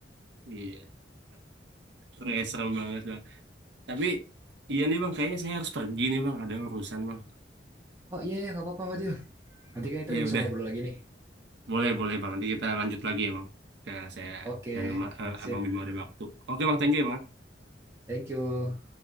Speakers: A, on the right (about 70°); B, on the right (about 15°).
A: iya kayak serem banget bang tapi iya nih bang kayaknya saya harus pergi nih bang ada urusan bang
B: oh iya ya nggak apa-apa Fadil nanti kan kita
A: ya
B: bisa
A: udah
B: ngobrol lagi nih
A: Boleh, boleh Bang. Nanti kita lanjut lagi ya Bang. Ke saya
B: oke
A: dan
B: sip
A: Abang Bimo ada waktu. Oke Bang, thank you ya Bang. ya.
B: thank you